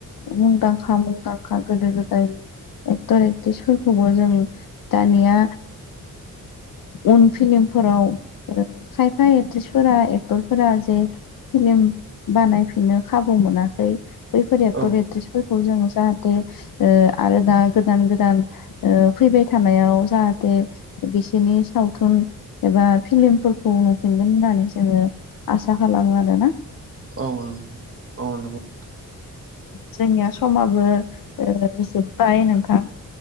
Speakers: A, on the left; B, on the right.
A: मुंदांखा मुंदांखा गोदो गोदायनि एक्टर एक्ट्रिसफोरखौबो जों दानिया उन फिलमफोराव खायफा एक्ट्रिसफोरा एक्टरफोरा जे फिलिम बानायफिननो खाबु मोनाखै बैफोरयाथ'
B: औ
A: एट्रिसफोर खौ जों जाहाथे आरो दा गोदान गोदान फैबाय थानायाव जाहाथे बिसोरनि सावथुन एबा फिल्मफोरखौ नुफिनगोन होननानै जोङो आसा ला न आरो ना।
B: औनो औनो।
A: जोंनिया समाबो जोब्बाय नोंखां